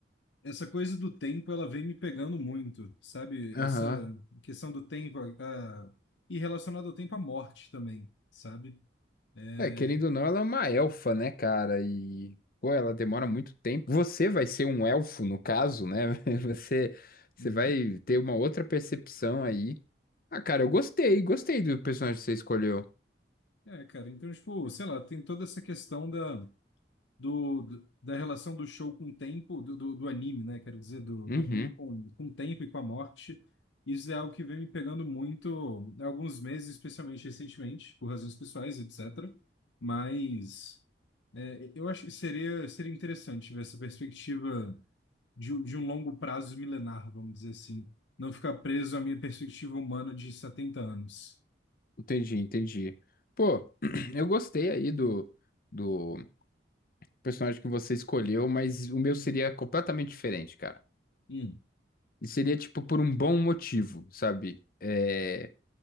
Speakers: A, on the left; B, on the left.
A: essa coisa do tempo, ela vem me pegando muito, sabe?
B: Aham.
A: Essa questão do tempo, a, a- e relacionado ao tempo, a morte também, sabe? É,
B: É, querendo ou não, ela é uma elfa, né, cara? E, pô, ela demora muito tempo. Você vai ser um elfo, no caso, né? <laughs> Você, você
A: uhum.
B: vai ter uma outra percepção aí. Ah, cara, eu gostei, gostei do personagem que você escolheu.
A: É, cara, então, tipo, sei lá, tem toda essa questão da, do, do- da relação do show com o tempo, do, do, do anime, né? Quero dizer, do,
B: Uhum,
A: do anime com, com o tempo e com a morte. Isso é algo que vem me pegando muito há alguns meses, especialmente recentemente, por razões pessoais, etc. Mas É, eu acho que seria, seria interessante ver essa perspectiva de, um- de um longo prazo milenar, vamos dizer assim. Não ficar preso à minha perspectiva humana de setenta anos.
B: entendi, entendi. Pô, <clears throat> eu gostei aí do, do personagem que você escolheu, mas o meu seria completamente diferente, cara.
A: Hum,
B: E seria, tipo, por um bom motivo, sabe? É.